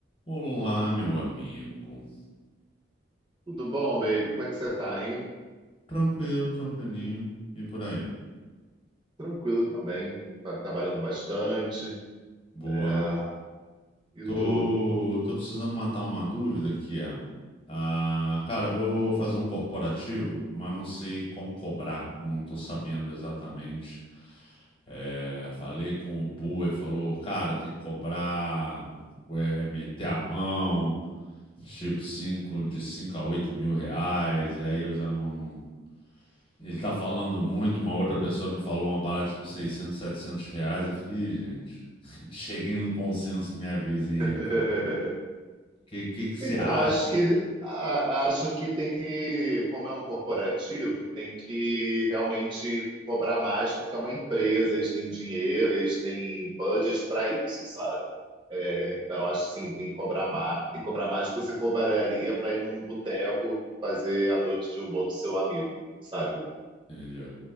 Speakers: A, on the left; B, on the right.
A: Olá, meu amigo.
B: Tudo bom, baby? Como é que você tá, hein?
A: Tranquilo, tranquilinho. E por aí?
B: Tranquilo também. Tá trabalhando bastante.
A: Boa.
B: É, E
A: Tô,
B: tu?
A: tô precisando matar uma dúvida que é, ah, cara, vou fazer um corporativo, mas não sei como cobrar. Não tô sabendo exatamente. É, falei com o Pua e falou, cara, tem que cobrar, é, é meter a mão, tipo cinco de 5 a 8 mil reais. E aí eu já não, não Ele tá falando muito, uma outra pessoa me falou uma parada tipo 600, 700 reais. Eu falei, "Ih, gente, <laughs> cheguem num consenso e me avisem
B: <laughs>
A: aí, por favor. O que, que que você
B: Então,
A: acha?
B: acho que a- acho que tem que, como é um corporativo, tem que realmente cobrar mais, porque é uma empresa, eles têm dinheiro, eles têm budget para isso, sabe? É, Então, acho que sim, tem que cobrar mais, tem que cobrar mais do que você cobraria para ir num boteco fazer a noite de humor do seu amigo, sabe?
A: Entendi,